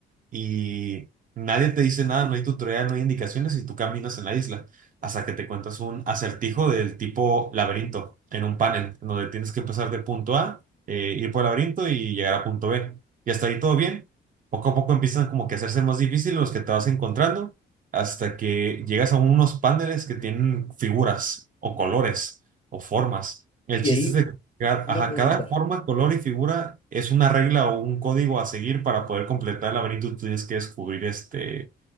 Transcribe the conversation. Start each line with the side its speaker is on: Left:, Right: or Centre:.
Right: y nadie te dice nada, no hay tutorial, no hay indicaciones y tú caminas en la isla hasta que te cuentas un acertijo del tipo laberinto en un panel, en donde tienes que empezar de punto A, eh, ir por el laberinto y llegar a punto B. Y hasta ahí todo bien. Poco a poco empiezan como que a hacerse más difíciles los que te vas encontrando hasta que llegas a unos paneles que tienen figuras o colores o formas. El
Left: Y
Right: chiste
Left: ahí,
Right: es de Ca-
Left: una
Right: Ajá,
Left: pregunta,
Right: cada forma, color y figura es una regla o un código a seguir para poder completar el laberinto. Tú tienes que descubrir este,